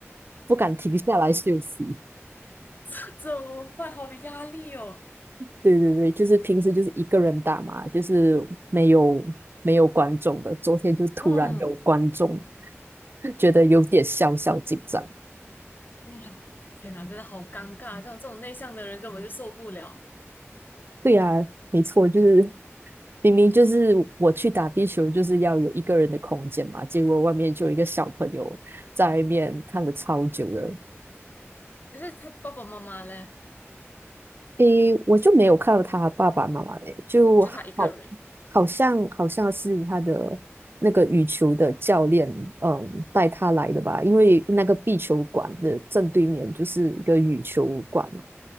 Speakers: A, on the right; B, on the left.
A: 不敢停下来休息。
B: <laughs> 怎么办？好有压力哦。
A: 对对对，就是平时就是一个人打嘛，就是没有没有观众的。昨天就突然有观众，
B: 嗯，
A: <laughs> 觉得有点小小紧张。
B: 哇，天哪，真的好尴尬，像我这种内向的人根本就受不了。
A: 对呀，没错，就是明明就是我去打壁球，就是要有一个人的空间嘛，结果外面就有一个小朋友在外面看了超久了。
B: 可是他爸爸妈妈呢？
A: 诶，我就没有看到他爸爸妈妈嘞，就好，
B: 就他一个人
A: 好像好像是他的那个羽球的教练，嗯，带他来的吧，因为那个壁球馆的正对面就是一个羽球馆嘛，